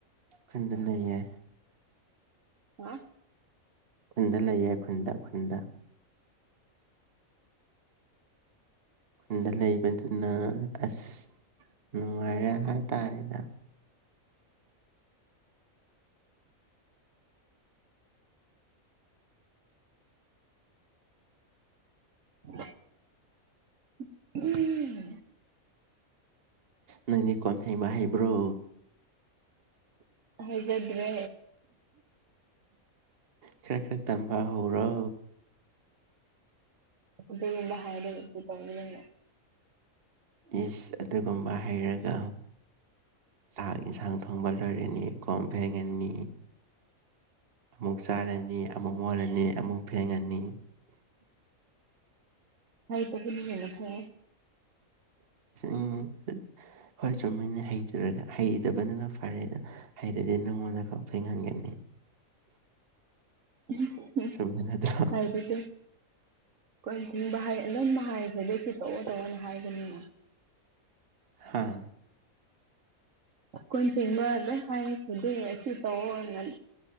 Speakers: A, on the right (about 45°); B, on the right (about 65°).
A: ꯈꯨꯟꯗ ꯂꯩꯌꯦ
B: ꯍꯥ
A: ꯈꯨꯟꯗ ꯂꯩꯌꯦ ꯈꯨꯟꯗ ꯈꯨꯟꯗ ꯈꯨꯟꯗ ꯂꯩꯕꯗꯨꯅ ꯑꯁ ꯅꯨꯡꯉꯥꯏꯔꯦ
B: ꯎꯝ
A: ꯍꯥꯏꯇꯥꯔꯦꯗ
B: <inaudible>
A: ꯅꯪꯗꯤ ꯀꯣꯟ ꯐꯦꯡꯕ ꯍꯩꯕ꯭ꯔꯣ
B: ꯍꯩꯖꯗ꯭ꯔꯦ
A: ꯈꯔ ꯈꯔ ꯇꯝꯕ ꯍꯧꯔꯣ
B: <unintelligible> ꯍꯥꯏꯔꯒꯁꯨ ꯑꯁꯤ ꯇꯧꯕꯤꯔꯝꯃꯦ
A: ꯏꯁ ꯑꯗꯨꯒꯨꯝꯕ ꯍꯩꯔꯒ ꯆꯥꯛ ꯍꯦꯟꯁꯥꯡ ꯊꯣꯡꯕ ꯂꯣꯏꯔꯅꯤ ꯀꯣꯟ ꯐꯦꯡꯉꯅꯤ꯫ ꯑꯃꯨꯛ ꯆꯥꯔꯅꯤ ꯑꯃꯨꯛ ꯃꯣꯠꯂꯅꯤ ꯑꯃꯨꯛ ꯐꯦꯡꯉꯅꯤ꯫
B: ꯋꯥꯏ ꯇꯩꯕꯗꯨꯅ ꯍꯦꯟꯅ ꯐꯩꯌꯦ꯫
A: ꯎꯝ ꯍꯣꯏ ꯆꯨꯝꯃꯤꯅꯦ ꯍꯩꯇ꯭ꯔꯒ ꯍꯩꯇꯕꯗꯨꯅ ꯐꯔꯦꯗ꯫ ꯍꯩꯔꯗꯤ ꯅꯪꯉꯣꯟꯗ ꯈꯔ ꯐꯦꯡꯍꯟꯒꯅꯤ꯫
B: ꯏꯁ ꯍꯨꯝ
A: ꯆꯨꯝꯕ ꯅꯠꯇ꯭ꯔꯣ
B: ꯍꯩꯕꯤꯗꯦ꯫ ꯀꯣꯟ ꯐꯦꯡꯕ ꯍꯥꯏ ꯑꯗꯨꯝ ꯍꯥꯏꯁꯤꯗꯤ ꯁꯤ ꯇꯧꯑꯣ-ꯇꯧꯑꯣꯅ ꯍꯥꯏꯕꯅꯤꯅꯦ꯫
A: ꯍꯥꯥ꯫
B: ꯀꯣꯟ ꯐꯦꯡꯕ ꯂꯣꯏ ꯍꯥꯏꯁꯤꯗꯤ ꯑꯁꯤ ꯇꯧꯑꯣꯅ